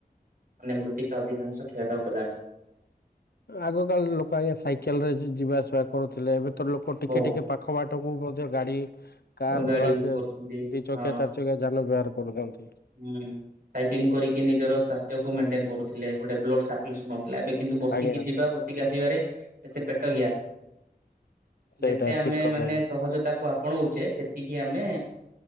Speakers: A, on the right (about 65°); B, on the left (about 75°).
A: ମାନେ ମୃତ୍ତିକା ଅଧିକାଂଶ କ୍ଷଳିବାକୁ ଗଲାଣି।
B: ଆଗକାଳ ଲୋକ ଆଜ୍ଞା ସାଇକେଲରେ ଯିବା ଆସିବା କରୁଥିଲେ। ଏବେ ତ ଲୋକ ଟିକେ
A: ବହୁତ
B: ଟିକେ ପାଖ ପାଖ ବାଟକୁ ମଧ୍ୟ ଗାଡି କାର
A: ଗାଡି
B: ବ୍ୟବହାର
A: ୟୁଜ କରୁଛନ୍ତି
B: ଦି ଚକିଆ
A: ହଁ
B: ଚାରି ଚକିଆ ଯାନ ବ୍ୟହାର କରୁଛନ୍ତି।
A: ହୁଁ ସାଇକ୍ଲିଂ କରିକି ନିଜର ସ୍ୱାସ୍ଥ୍ୟକୁ ମେଣ୍ଟେନ କରୁଥିଲେ। ଗୋଟେ ବ୍ଲଡ ସ ଥିଲା ଏବେ କିନ୍ତୁ ବସିକି
B: ଆଜ୍ଞା
A: ଯିବା ବସିକି ଆସିବାରେ ସେ ପେଟ ଗ୍ୟାସ।
B: ସେଇଟା
A: ଯେତେ ଆମେ
B: ଠିକ କଥା
A: ମାନେ
B: ଆଜ୍ଞା
A: ସହଜତାକୁ ଆ ପଣଉଛେ ସେତିକି ଆମେ